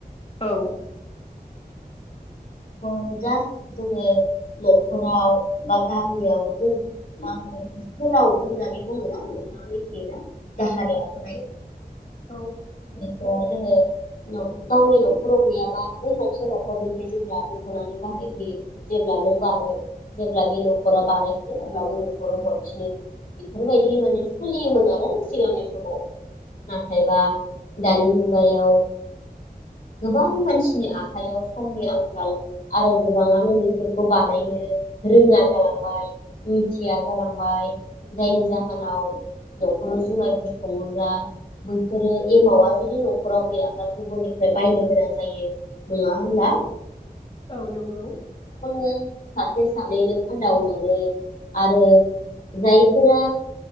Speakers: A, on the left; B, on the left.
A: औ
B: औ जास जोङो न'खराव बा गामियाव जों मा होनो सोलाव होननानै बुङोन' नोंथाङा मि थियो ना दाहार ला थानाय
A: औ
B: बेखौ जोङो न' गावनि न'खराव गैयाबा बै गंसे न'खरनिफ्राय जों ला बुफुनानै बाहायफैयो। जेब्ला नों बानाय
A: औ
B: जेब्ला बे न'खरा बानायफिनो अब्ला बे न'खरनो हरफिनो बेफोरबायदि माने सोलियोमोन आरो सिगांनि समाव। नाथायबा दानि मुगायाव गोबां मानसिनि आखायाव समनि आंखाल आरो गोबाङानो बेफोरखौ बानायनो रोङा जालांबाय मिथिया जालांबाय जायनि जाहोनाव न'खराव जुमायफोर सङोब्ला बैफोरो एमावा जुदि न'खराव गैयाब्ला गुबुननिफ्राय बायनो गोनां जायो। नङा होमब्ला?
A: औ नंगौ।
B: नो सासे सानैनो फानदावनानै आरो जायफोरा